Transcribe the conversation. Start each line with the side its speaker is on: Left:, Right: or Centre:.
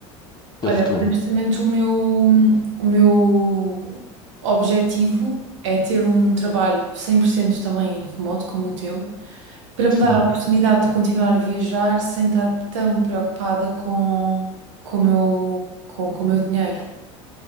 Right: Olha,
Left: Teu futuro?
Right: honestamente, o meu, o meu objetivo é ter um trabalho 100% também remoto como o teu, para me
Left: Sim,
Right: dar a oportunidade de continuar a viajar sem estar tão preocupada com, com o meu, com, com o meu dinheiro.